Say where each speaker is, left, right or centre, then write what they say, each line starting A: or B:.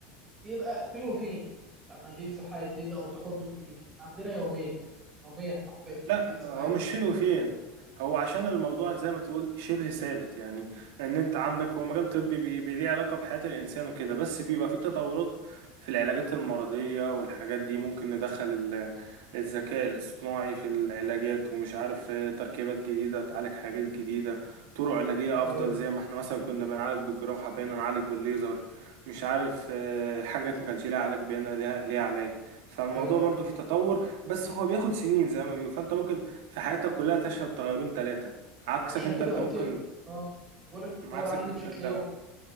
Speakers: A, on the right; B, on the right.
A: بيبقى فين وفين لما بينزل حاجه جديده او تقدم جديد عندنا يوميا يوميا حرفيا
B: لا
A: بينزل
B: هو
A: حاجه جديده
B: مش حلو فين وفين، هو عشان الموضوع زي ما تقول شبه ثابت يعني ان انت عندك هو مجال طبي بي- بي- ليه علاقة بحياة الانسان وكده بس في بقى في تطورات في العلاجات المرضية والحاجات دي ممكن ندخل ال- الذكاء الاصطناعي في العلاجات ومش عارف آه، تركيبات جديدة تعالج حاجات جديدة طرق علاجية
A: ايوه
B: افضل زي ما احنا مثلا كنا بنعالج بالجراحة بقينا نعالج بالليزر مش عارف آه، حاجات ما كانش ليها علاج بقينا ليها ليها علاج فالموضوع
A: ايوه ايوه
B: برضو فيه تطور بس هو بياخد سنين زي ما بيقول فانت ممكن في حياتك كلها تشهد تغيرون ثلاثة عكسك
A: عشان
B: انت
A: كده
B: انت
A: قلت
B: ممكن
A: لك اه كنت بقول لك التطور
B: عكسك
A: عندي
B: انت
A: بشكل
B: انت
A: يومي